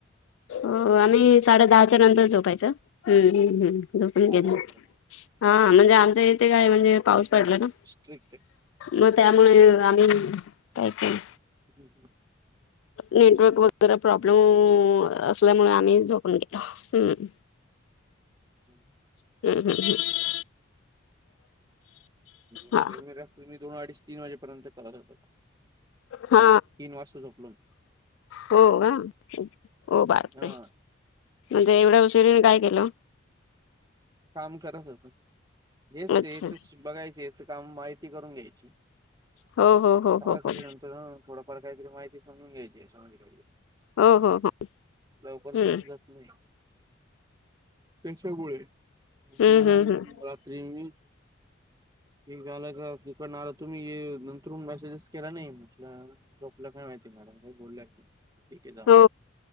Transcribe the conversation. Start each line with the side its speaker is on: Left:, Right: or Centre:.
Left: हो आम्ही साडे दहाच्या नंतर झोपायच, हम्मम् हम् झोपून गेलो
Right: अरे बापरे
Left: आम्ही. हा म्हणजे आमच्या इथे काय म्हणजे पाऊस पडला ना.
Right: स्ट्रिकटे.
Left: मग त्यामुळे आम्ही काय पण.
Right: हम हम.
Left: नेटवर्क वगैरे प्रॉब्लेम असल्यामुळे आम्ही झोपून गेलो हम्.
Right: <unintelligible>
Left: हम् हम् हम्
Right: <unintelligible>
Left: हा
Right: रात्री मी दोन अडीच तीन वाजेपर्यंत करत होतो
Left: हा
Right: तीन वाजता झोपलो
Left: हो <unintelligible> ओ बापरे!
Right: मी हा
Left: म्हणजे एवढ्या उशिरा येऊन काय केलं?
Right: काम करत होतो हेच
Left: अच्छा
Right: ते याच्याशी बघायचं याच काम माहिती करून घ्यायची. <unintelligible>
Left: हो हो हो
Right: थोडा
Left: हो हो
Right: <unintelligible> काहीतरी माहिती समजून घ्यायची याच्यामध्ये काहीतरी
Left: हो हो हो
Right: लवकर
Left: हम्म
Right: समजत नाही त्याच्यामुळे अन्
Left: हम्म
Right: मग
Left: हम्म हम्म
Right: रात्री मी <unintelligible> आला का तिकडन आला तुम्ही ये नंतरहून मेसेजेस केला नाही म्हटलं आ झोपल्या काय माहिती मॅडम काय बोल्या की. ठीक आहे जाऊन
Left: हो